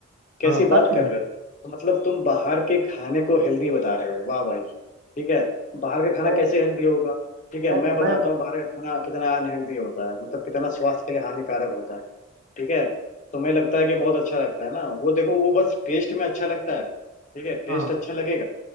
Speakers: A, on the left; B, on the right.
A: कैसी
B: हाँ
A: बात
B: सच में
A: कर रहे हो तो मतलब तुम बाहर के खाने को हेल्दी बता रहे हो वाह भाई ठीक है बाहर का खाना
B: ए,
A: कैसे हेल्दी होगा ठीक है
B: ए,
A: मैं बताता
B: मैं
A: हूँ बाहर का खाना कितना अनहेल्दी होता है मतलब कितना स्वास्थ्य के लिए हानिकारक होता है ठीक है तुम्हें लगता है कि बहुत अच्छा लगता है ना वो देखो वो बस टेस्ट में अच्छा लगता है ठीक है टेस्ट
B: हाँ
A: अच्छा लगेगा